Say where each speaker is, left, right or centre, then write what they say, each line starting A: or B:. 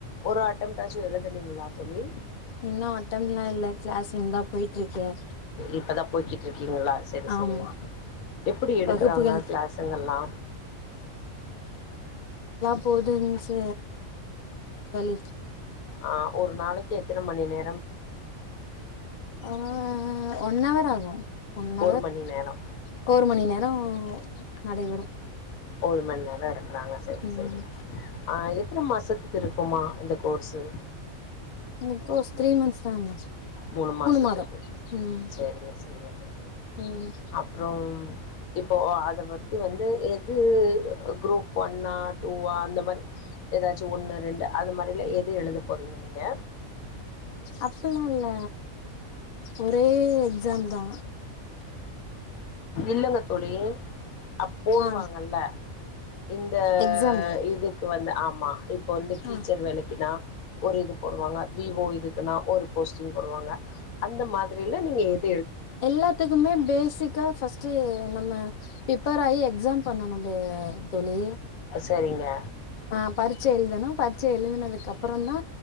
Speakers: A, on the left; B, on the left.
A: ஒரு அட்டம்டாச்சும் எழுதுனீங்களா தோழி
B: இன்னு அட்டம்லா இல்ல க்ளஸ்சிங்தா போய்ட்ருக்க
A: இப்பதா போய்கிட்டு இருக்கீங்ளா சரி சரி
B: ஆமா
A: எப்படி எடுக்குறாங்க
B: வகுப்புகள்
A: க்ளசுங்கல்லா
B: போதுன்சு சளி
A: ஆ ஒரு நாளைக்கு எத் எத்தன மணி நே
B: அ ஒன்னவர் ஆகு ஒன்னவர்
A: ஒரு மணி நேரம்
B: ஒரு மணி நே ரோ நடைபெறு
A: ஒரு மணி நேரோ எடுக்கறாங்க சரி
B: ம்
A: சரி ஆ எத்தன மாசத்துக்கு இருக் ப்பமா இந்த கோர்சு
B: இந்தகோஸ் த்ரீ மந்த்ஸ் தாங்க
A: மூணு மாசத்துக்கு
B: மாதம் ம்
A: செரிங்க செரிங்க தோழி
B: ம்
A: அப்றம் இப்போ அத பத்தி வந்து எது குரூப் ஒன்னா டூவா அந்த மாரி எதாச்சு ஒண்ணு ரெண்டு அது மாரில எது எழுத போறிங்க நீங் க
B: அப்பில்லா இல்ல ஒரே எக்ஸாம்தா
A: இல்லங்க தோழி அ போடுவாங்கல்ல
B: ஆ
A: இந்த
B: எக்ஸாம்
A: இதுக்கு வந்து ஆமா இப்ப வந்து டீச்சர்
B: ஆ
A: வேலைக்குனா ஒரு இது போடுவாங்க வி வோ இதுக்குன்னா ஒரு போஸ்டிங் போடுவாங்க அந்த மாதிரில நீங்க எ
B: எல்லாத்துக்குமே பேசிக்கா ஃபஸ்ட் டு நம்ம ப்ரிப்பேர் ஆயி எக்ஸாம் பண்ணனுங்க தோழி
A: செரிங்க
B: ஆ பரிட்சை எழுதணு பரிட்சை எழுதினதுக்கு அப்புறந்தா